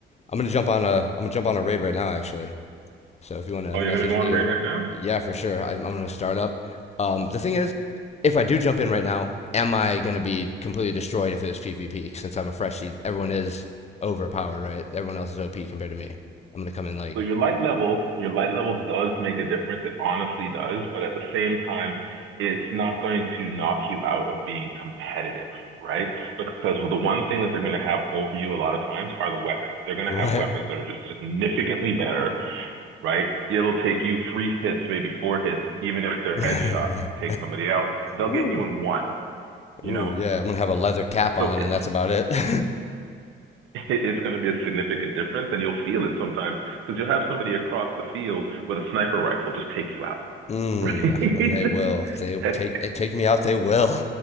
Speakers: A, on the left (about 35°); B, on the right (about 80°).
A: I'm gonna jump on a I'm gonna jump on a raid right now actually. So if you want to
B: Oh,
A: message
B: you're gonna go
A: me
B: on a raid
A: or
B: right now?
A: yeah, for sure, I'm, I'm gonna start up. Um, the thing is, if I do jump in right now, am I gonna be completely destroyed if it's PvP? Since I'm a freshie, everyone is overpowered, right? Everyone else is OP compared to me. I'm gonna come in like
B: So your light level, your light level does make a difference. It honestly does, but at the same time, it's not going to knock you out of being competitive, right? Because the one thing that they're going to have over you a lot of times are the weapons. They're going
A: right.
B: to have weapons that are just significantly better right? It'll take you three hits, maybe four hits, even if they're
A: <laughs>
B: headshots to take somebody out. They'll
A: Woo.
B: get you in one, you
A: Ooh,
B: know?
A: yeah, I'm gonna have a leather cap
B: So
A: on,
B: it's
A: and that's about it. <laughs>
B: <laughs> it's going to be a significant difference, and you'll feel it sometimes because you'll have somebody across the field with a sniper rifle just take you out,
A: Mm,
B: right?
A: and they will.
B: <laughs>
A: They
B: and,
A: take they take me out. They will.